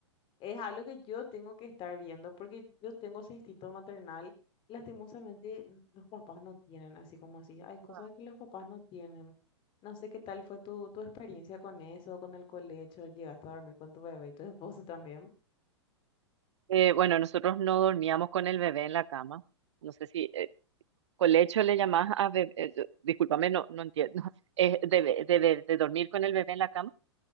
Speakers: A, on the left (about 35°); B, on the right (about 70°).
A: Es algo que yo tengo que estar viendo porque yo tengo ese instinto maternal. Lastimosamente, n- los papás no tienen, así como así. Hay cosas
B: No.
A: que los papás no tienen. No sé qué tal fue tu, tu experiencia con eso, con el colecho. ¿Llegaste a dormir con tu bebé y tu <laughs> esposo también?
B: Eh, bueno, nosotros no dormíamos con el bebé en la cama. No sé si eh, colecho le llamás a bebé. eh, yo- discúlpame, no, no entiendo. <laughs> Eh, de, be- de, be- de dormir con el bebé en la cama,